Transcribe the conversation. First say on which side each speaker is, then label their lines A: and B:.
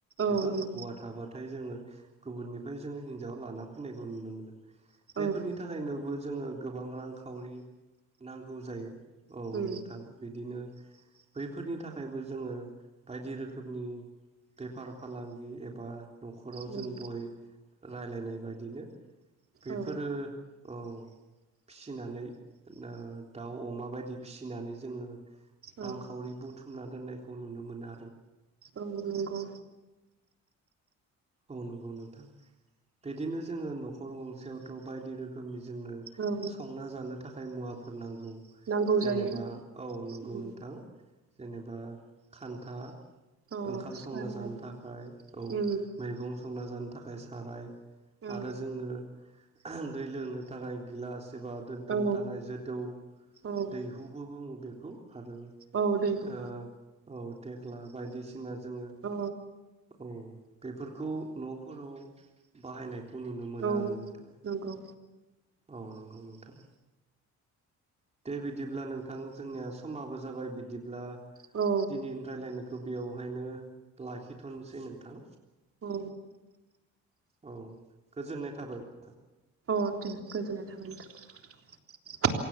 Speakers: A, on the right; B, on the right.
A: औ
B: एबा
A: नंगौ
B: हौवा थाबाथ थाय जोङो गुबुननिफाय जोङो हिन्जाव लाना फैनायखौ नुनो मोनो। बेफोरनि
A: औ
B: थाखायनोबो जोङो गोबां रांखावरि नांगौ जायो औ
A: उम
B: नोंथां बिदिनो बैफोरनि थाखायबो जोङो बायदि रोखोमनि बेफार - फालांगि एबा न'खराव
A: उम
B: जों दय राय्लायनाय बायदिनो बेफोरो
A: औ
B: औ फिसिनानै ना दाउ, अमा बायदि फिसिनानै जोङो
A: औ
B: रांखावरि बुथुमनान दोननायखौ नुनो मोना
A: औ नोंगौ।
B: औ नंगौ नोंथां बिदिनो जोङो न'खर गंसेयावथ' बायदि रोखोमनि जोंनो
A: औ
B: संना जानो थाखाय जाय मुवाफोर नांग गौ
A: नांगौ
B: जेनेबा
A: जायो
B: औ नंगौ
A: उम
B: नोंथां। जेनेबा खान्था
A: औ
B: ओंखाम
A: साराय
B: संना जानो थाखाय औ
A: उम
B: मेगं संना जानो थाखाय साराय
A: औ
B: आरो जोंनो दै लोंनो थाखाय गिलास एबा दोन्थुमनो
A: औ
B: थाखाय जोदौ
A: औ
B: दैहुबो बुङो बे खौ आरो
A: औ दैहु
B: दा औ थेख्ला बायदिसि सिना जोङो
A: औ
B: औ बेफोरखौ न'फोराव बाहायनाय खौ नुनो मोनो
A: औ
B: आरो नोंथां
A: नंगौ
B: औ नंगौ नोंथां दे बिदिब्ला नोंथां जोंनिया समाबो जाबाय बिदिब्ला
A: औ
B: दिनै रायलायनायखौ बियावहायनो लाखिथ'नोसै नोंथां
A: औ
B: औ गोजोननाय थाबाय
A: अ दे गोजोननाय थाबाय नोंथां